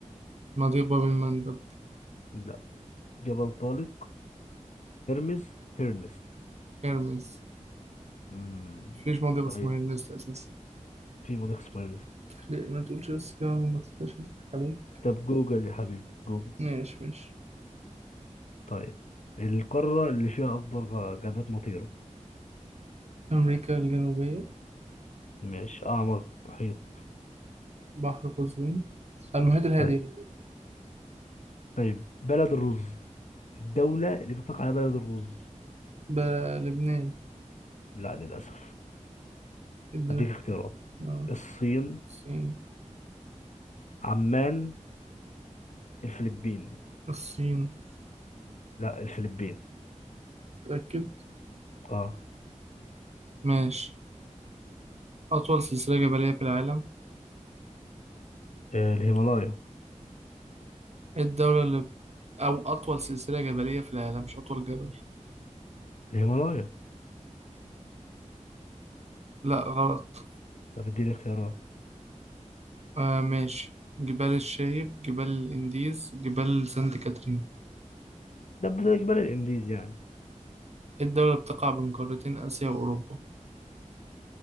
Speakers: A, on the right (about 55°); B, on the left (about 70°).
A: مضيق باب المندب
B: لا جبل طارق هرمز هيرنست
A: هرمز
B: أمم،
A: مفيش مضيق اسمه
B: طيب
A: هرمز أساسا
B: في مضيق اسمه هيرنست
A: ليه ما تقولش بس كده ما تخافش هتضحك عليك
B: طب جوجل يا حبيبي جوجل
A: ماشي ماشي
B: طيب القارة اللي فيها أكبر غ- غابات مطيرة
A: أمريكا الجنوبية
B: ماشي أعمق محيط
A: بحر قزوين المحيط الهادي
B: طيب طيب بلد الرز الدولة اللي بيطلق عليها بلد الرز
A: ب- لبنان
B: لا للأسف
A: ادينا
B: هديك
A: اختيار.
B: اختيارات
A: اه
B: الصين
A: الصين
B: عمان الفلبين
A: الصين
B: لا الفلبين
A: متأكد
B: اه
A: ماشي أطول سلسلة جبلية في العالم
B: آه، الهيمالايا
A: إيه الدولة اللي أو أطول سلسلة جبلية في العالم مش أطول جبل
B: الهيمالايا
A: لا غلط
B: طب اديني اختيارات
A: آه ماشي جبال الشايب جبال الانديز جبال سانت كاترين
B: ده بل- جبال الانديز يعني
A: إيه الدولة بتقع بين قارتين آسيا وأوروبا